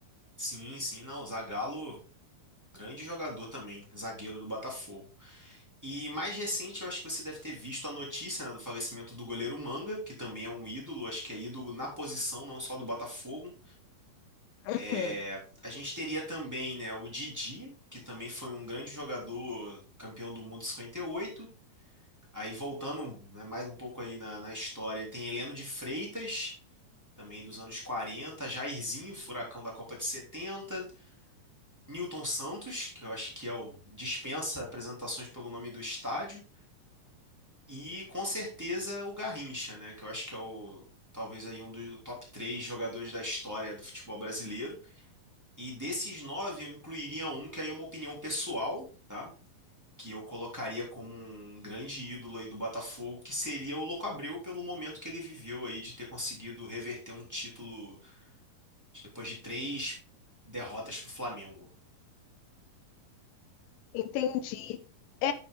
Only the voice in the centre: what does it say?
Sim, sim, não, o Zagallo Grande jogador também, zagueiro do Botafogo. E mais recente, eu acho que você deve ter visto a notícia, né, do falecimento do goleiro Manga, que também é um ídolo, acho que é ídolo na posição, não só do Botafogo.
É, a gente teria também, né, o Didi, que também foi um grande jogador, campeão do mundo em 58. Aí voltando, né, mais um pouco aí na, na história, tem Heleno de Freitas, também dos anos 40, Jairzinho, furacão da Copa de 70. Newton Santos, que eu acho que é o dispensa apresentações pelo nome do estádio, e com certeza o Garrincha, né, que eu acho que é o talvez aí um dos top três jogadores da história do futebol brasileiro. E desses nove eu incluiria um que aí é uma opinião pessoal, tá? Que eu colocaria como um grande ídolo aí do Botafogo, que seria o Louco Abreu pelo momento que ele viveu aí de ter conseguido reverter um título depois de três derrotas para o Flamengo.